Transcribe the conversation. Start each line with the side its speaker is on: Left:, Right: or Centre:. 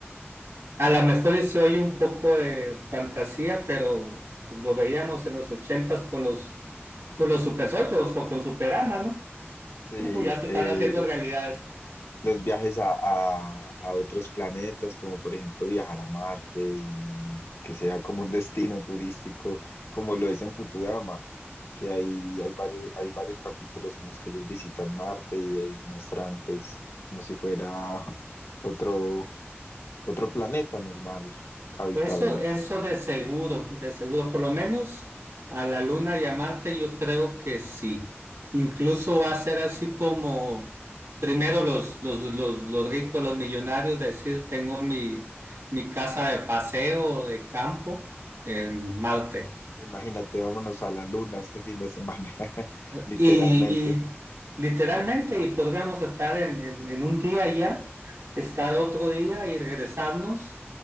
Right: A lo mejor y se oye un poco de fantasía, pero lo veíamos en los ochentas con los, con los supersónicos o con Superama, ¿no?
Left: Sí,
Right: Ya se
Left: el-
Right: están haciendo realidades.
Left: los viajes a, a, a otros planetas, como por ejemplo viajar a Marte y que sea como un destino <laughs> turístico, como lo es en Futurama, que hay, hay varios, hay varios capítulos en los que ellos visitan Marte y, ahí muestran pues como si fuera <laughs> otro, otro planeta normal, habitable.
Right: Eso, eso de seguro, de seguro, por lo menos a la luna y a Marte yo creo que sí. Incluso va a ser así como primero los, los, los, los ricos, los millonarios, decir, tengo mi, mi casa de paseo o de campo en Marte.
Left: Imagínate, vámonos a la luna este fin de semana, <laughs> literalmente.
Right: Y, y literalmente, y podríamos estar en, en- en un día allá, estar otro día y regresarnos,